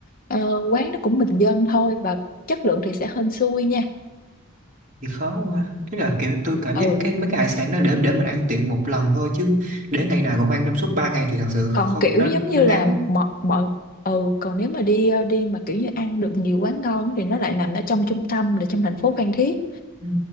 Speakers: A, on the left; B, on the right.
A: ờ, quán nó cũng bình dân thôi và chất lượng thì sẽ hên xui nha
B: thì khó quá ý là kiểu tôi cảm giác
A: ừ
B: cái mấy cái hải sản đó để để mình ăn tiệc một lần thôi chứ để ngày nào cũng ăn trong suốt 3 ngày thì thật sự
A: còn
B: không
A: kiểu
B: nó
A: giống như
B: nó ngán
A: là
B: á.
A: mọi mọi ừ còn nếu mà đi ờ, đi mà kiểu như ăn được nhiều quán ngon thì nó lại nằm ở trong trung tâm là trong thành phố Phan Thiết
B: ừ.